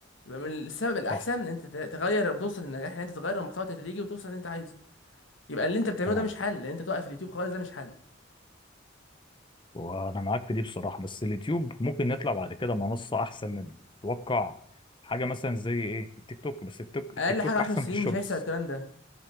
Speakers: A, on the left; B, on the left.
A: يبقى من السبب الاحسن
B: صح
A: ان انت ت- تغير وتوصل للنجاح ان انت تغير المحتوى تدريجي وتوصل اللي انت عايزه يبقى اللي انت بتعمله
B: تمام
A: ده مش حل ان انت توقف اليوتيوب خالص ده مش حل
B: وانا معاك في دي بصراحة بس اليوتيوب ممكن نطلع بعد كده منصة احسن منه تتوقع حاجة مثلا زي ايه التيك توك بس التيك
A: اقل
B: التيك توك
A: حاجه 10
B: احسن
A: سنين
B: في الشورتس
A: مش هيحصل الكلام ده